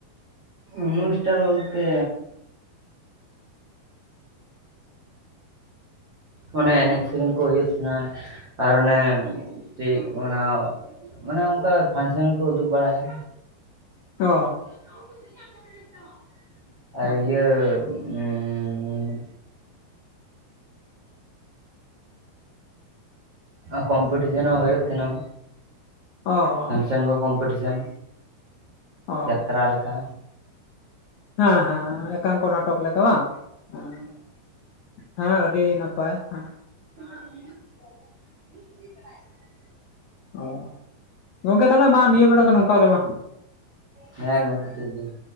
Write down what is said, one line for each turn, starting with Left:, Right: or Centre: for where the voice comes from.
Right: ᱩᱱᱩᱥᱴᱟᱱ ᱵᱚᱞᱛᱮ ᱚᱱᱮ ᱮᱱᱮᱡ ᱥᱮᱨᱮᱧ ᱠᱚ ᱦᱩᱭᱩᱜ ᱛᱟᱦᱮᱱᱟ ᱟᱨ ᱚᱱᱮ ᱪᱤᱜ ᱚᱱᱟ ᱢᱟᱱᱮ ᱚᱱᱠᱟ ᱯᱷᱟᱱᱥᱮᱱ ᱠᱳ ᱩᱫᱩᱜ ᱵᱟᱲᱟᱭᱟ᱾
Left: ᱚ᱾
Right: <unintelligible> ᱟᱨ
Left: ᱚ
Right: ᱤᱭᱟᱹ ᱮᱸᱻ ᱟ ᱠᱚᱢᱯᱤᱴᱤᱥᱮᱱ ᱦᱚᱸ ᱦᱩᱭᱩᱜ ᱛᱷᱮᱱᱟ᱾
Left: ᱚ-ᱚ᱾
Right: ᱪᱮᱱᱠᱟ ᱠᱚᱢᱯᱤᱴᱤᱥᱮᱱ
Left: ᱚ
Right: ᱡᱟᱛᱨᱟ ᱞᱮᱠᱟ᱾
Left: ᱦᱮᱸ ᱦᱮᱸ ᱮᱸ ᱮᱠᱟᱝᱠᱚ ᱱᱟ ᱴᱚᱠ ᱞᱮᱠᱟ ᱵᱟᱝ ᱦᱮᱸ, ᱦᱮᱸ ᱟᱹᱰᱤ ᱱᱟᱯᱟᱭ ᱦᱮᱸ᱾
Right: <unintelligible>
Left: ᱚ ᱜᱚᱝᱠᱮ ᱛᱟᱦᱚᱞᱮ ᱢᱟ ᱱᱤᱭᱟᱹ ᱵᱮᱲᱟ ᱫᱚ ᱱᱚᱝᱠᱟ ᱜᱮ ᱢᱟ᱾
Right: ᱦᱮᱸ ᱜᱚᱝᱠᱮ ᱴᱤᱠ ᱜᱮᱭᱟ᱾